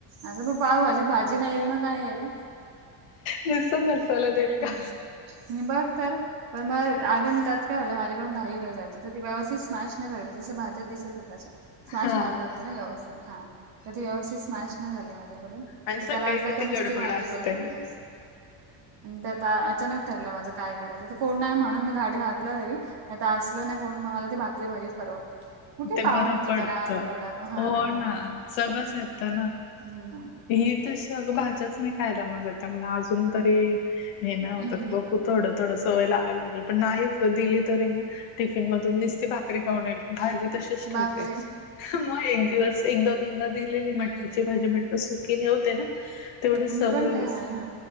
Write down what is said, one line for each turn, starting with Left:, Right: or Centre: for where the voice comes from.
Right: आता पाव भाजी भाजी नाही आहे मग काय आहे
Left: नुसते मसाला देईल
Right: हम्म
Left: का
Right: बघ तर पण मग अगं अन त्यात काय झालं, माझ्याकडून घाई घाई झाली. तर ती व्यवस्थित स्मॅश नाही झाली, तशा भाज्या दिसत होत्या. स्मॅश
Left: हा.
Right: व्हायला लागते ना, व्यवस्थित हा. तर ती व्यवस्थित स्मॅश नाही झाली माझ्याकडून. तर
Left: आणि सकाळी
Right: त्याला वाटलं
Left: किती
Right: का, नुसती
Left: गडबड
Right: भाजी
Left: असते
Right: करून दिली म्हणून. अन त्यात अचानक ठरलं माझं काय करायचं? तर कोण नाही म्हणून, मी घाट घातला तरी. नाही तर असलं ना कोण, मला ती भाकरी भाजीच परवडते. कुठे
Left: ते
Right: पावभाजी
Left: बरं पडतं.
Right: करा, ते वडापा. हा
Left: हो
Right: मग.
Left: ना सगळंच येतं ना.
Right: हम्.
Left: ही तशी अगं, भाज्याच नाही खायला मागतं मला अजून. तरी हे ना होतं
Right: हम्म
Left: बघू थोडं थोडं सवय लावायला लागेल, पण नाहीच गं दिली तरी ना टिफिन मधून निस्ती भाकरी खाऊन आली, भाजी तशीच
Right: बापरे
Left: ठेवते. मग एक दिवस असं एकदा दोनदा दिलेली,
Right: हम्म
Left: मटकीची भाजी म्हण तर सुकी नाही होते ना, तेवढेच
Right: ना.
Left: सवय
Right: मी पण काय
Left: होईल.
Right: हा हा